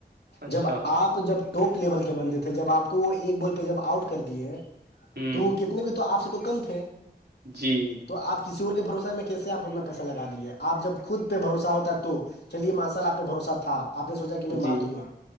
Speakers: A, on the right; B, on the left.
A: اچھا
B: جب آپ جب ٹاپ لیول کے بندے تھے جب آپ وہ ایک بال پہ جب آؤٹ کر دیے
A: ہوں
B: تو کتنے بھی تو آپ سے تو کم تھے
A: جی
B: آ کسی اور کے بھروسہ میں کیسے آپ اپنا پیسہ لگا دیے آپ جب خود پہ بھروسہ ہوتا ہے تو چلیے ماشاال آپ پہ بھروسہ تھا آپ نے سوچا کہ میں
A: جی
B: مار دوں گا